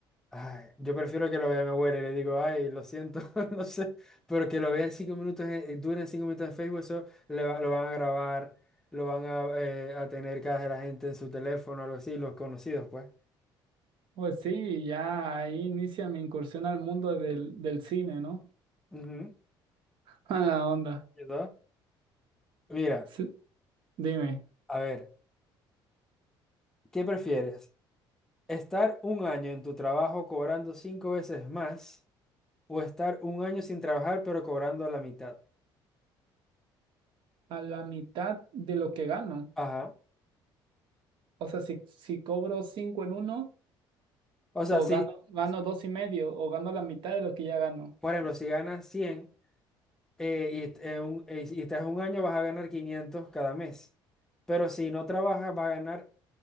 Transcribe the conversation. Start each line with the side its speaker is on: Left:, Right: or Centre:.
Centre: Ay, yo prefiero que lo vea mi abuela y le digo, ay, lo siento, <laughs> no sé, pero que lo vean cinco minutos, en- eh, duren cinco minutos en Facebook, eso le va- lo van a grabar, lo van a, eh, a tener cada de la gente en su teléfono, algo así, los conocidos, pues.
Right: Pues sí, ya ahí inicia mi incursión al mundo del, del cine, ¿no?
Centre: Ujú,
Right: <laughs> A la onda.
Centre: ¿verdad? Mira,
Right: Sí, dime,
Centre: a ver, ¿qué prefieres? ¿Estar un año en tu trabajo cobrando cinco veces más o estar un año sin trabajar pero cobrando la mitad?
Right: a la mitad de lo que gano.
Centre: Ajá.
Right: O sea, si, si cobro cinco en uno.
Centre: O sea,
Right: O
Centre: si,
Right: gano, gano
Centre: si,
Right: dos y medio, o gano la mitad de lo que ya gano.
Centre: por ejemplo, si ganas 100. Eh, y, en un, eh, y estás un año, vas a ganar 500 cada mes. Pero si no trabajas, vas a ganar